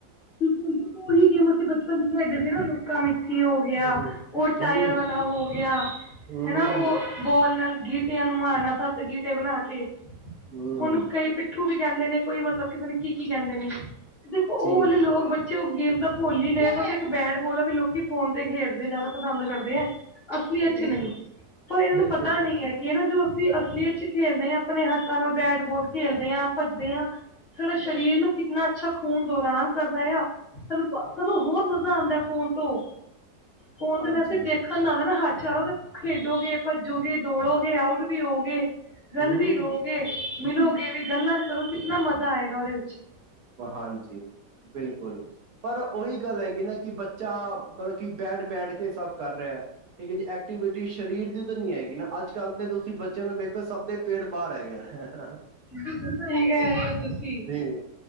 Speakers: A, on the left; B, on the right.
A: ਬਿਲਕੁਲ ਦੇਖੋ ਉਹੀ ਗੇਮ ਅਸੀਂ ਬਚਪਨ ਚ ਲੇਡਦੇ ਸੀ ਨਾ ਲੂਕਾ ਮਿੱਚੀ ਹੋ ਗਿਆ
B: ਹੂੰ
A: ਉਹ ਟਾਇਰ
B: ਹੂੰ
A: ਵਾਲਾ ਹੋ ਗਿਆ
B: ਹੂੰ
A: ਹਨਾ ਉਹ ਬੋਲ ਨਾਲ ਗੀਟਿਆਂ ਨੂੰ ਮਾਰਨਾ ਸੱਤ ਗੀਟੇ ਬਣਾ ਕੇ
B: ਹੂੰ
A: ਉਹਨੂੰ ਕਈ ਪਿੱਠੂ ਵੀ ਕਹਿੰਦੇ ਨੇ ਕੋਈ ਮਤਲਬ ਕਿਤੇ ਨੇ ਕੀ ਕੀ ਕਹਿੰਦੇ ਨੇ ਦੇਖੋ
B: ਜੀ
A: ਉਹ ਵਾਲੇ ਲੋਕ ਬੱਚੇ ਉਹ ਗੇਮ ਤਾਂ ਭੁੱਲ ਹੀ ਰਹੇ ਬਸ ਇੱਕ ਬੈਟ ਬਾਲ ਆ ਵੀ ਲੋਕੀ ਫੋਨ ਤੇ ਖੇਡਦੇ ਜ਼ਿਆਦਾ ਪਸੰਦ ਕਰਦੇ ਹੈ ਅਸਲੀ ਏਥੇ
B: ਜੀ
A: ਨਹੀਂ ਪਰ ਇਹਨਾਂ
B: ਬਿਲਕੁਲ
A: ਨੂੰ ਪਤਾ ਨਹੀਂ ਹੈ ਇਹ ਨਾ ਜੋ ਅਸੀਂ ਅਸਲੀ ਚ ਖੇਲਦੇ ਹਾਂ ਆਪਣੇ ਹੱਕਾਂ ਨਾਲ ਬੈਟ ਬਾਲ ਖੇਲਦੇ ਹਾਂ ਭੱਜਦੇ ਹਾਂ ਡਾ ਸਰੀਰ ਨੂੰ ਕਿੰਨਾ ਅੱਛਾ ਖੂਨ ਦੌਰਾਨ ਕਰਦਾ ਆ ਸਾਨੂੰ ਸਾਨੂੰ ਹੋਰ ਮਜ਼ਾ ਆਉਂਦਾ ਫੋਨ ਤੋਂ ਫੋਨ
B: ਹਾਂਜੀ
A: ਤੇ ਮੈਂ ਉਥੇ ਦੇਖ ਨਾਦਾ ਨਾ ਹੱਥ ਚਲੋ ਤੇ ਖੇਡੋਗੇ ਭੱਜੋਗੇ ਦੌੜੋਗੇ ਆਊਟ ਵੀ ਹੋਗੇ ਰਨ
B: ਹੂੰ
A: ਵੀ ਲੌਗੇ ਮਿਲੋਗੇ
B: ਹੂੰ
A: ਵੀ ਗੱਲਾਂ ਵੀ ਕਰੋ ਕਿਤਨਾ ਮਜ਼ਾ ਆਏਗਾ ਉਹਦੇ ਵਿੱਚ
B: ਹਾਂਜੀ ਬਿਲਕੁਲ ਪਰ, ਉਹੀ ਗੱਲ ਹੈਗੀ ਨਾ ਕਿ ਬੱਚਾ ਮਤਲਬ ਕਿ ਬੈਠ-ਬੈਠ ਕੇ ਸਭ ਕਰ ਰਿਹਾ। ਠੀਕ ਹੈ ਜੀ ਐਕਟੀਵਿਟੀ ਸਰੀਰ ਦੀ ਤਾਂ ਨੀ ਹੈਗੀ ਨਾ ਅੱਜ ਕੱਲ੍ਹ ਦੇ ਤੁਸੀਂ ਬੱਚਿਆਂ ਨੂੰ ਵੇਖੋ ਸਭ ਦੇ ਪੇਟ ਬਾਹਰ ਆ ਗਿਆ।
A: ਕੀ ਕਹਿ ਰਹੇ ਹੋ ਤੁਸੀਂ?
B: ਜੀ